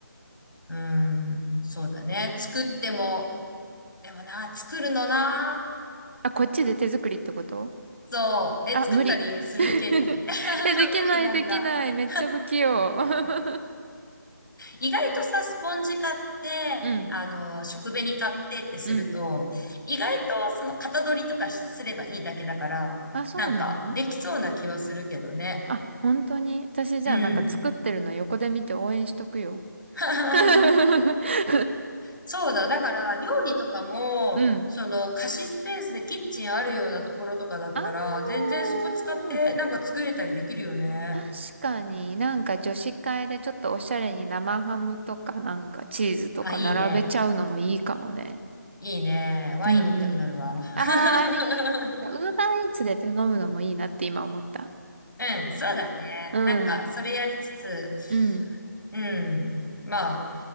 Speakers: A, on the left; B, on the right.
A: うん、そうだね。作っても、でもな、作るのな。
B: あ、こっちで手作りってこと
A: そう。え、
B: あ、
A: 作ったりするケーキ。
B: 無理。<laughs>
A: <laughs>
B: え、できない、
A: 無理なんだ。
B: できない。
A: <laughs>
B: めっちゃ不器用。<laughs>
A: 意外とさ、スポンジ買って、
B: うん、
A: あの、食紅買ってってすると、
B: うん。
A: 意外とその型取りとかすればいいだけだから、
B: あ、そうなの
A: なんかできそうな気はするけどね。
B: あ、本当に。私、じゃあ、
A: うん。
B: なんか作ってるの横で見て応援しとくよ。<laughs>
A: <laughs> そうだ。だから、料理とかも、
B: うん。
A: その、貸しスペースでキッチンあるようなところとかだったら、
B: あー
A: 全然そこ使って、なんか作れたりできるよね。
B: 確かになんか女子会でちょっとおしゃれに生ハムとかなんかチーズとか並べちゃうのもいいかもね。
A: あ、いいね。いいね。ワイン飲みたくなるわ。
B: うんうん。あー、
A: <laughs>
B: あり。ウーバーイーツで頼むのもいいなって今思った。
A: うん、そうだね。
B: うん。
A: なんか、それやりつつ、
B: うん。
A: うん。まあ、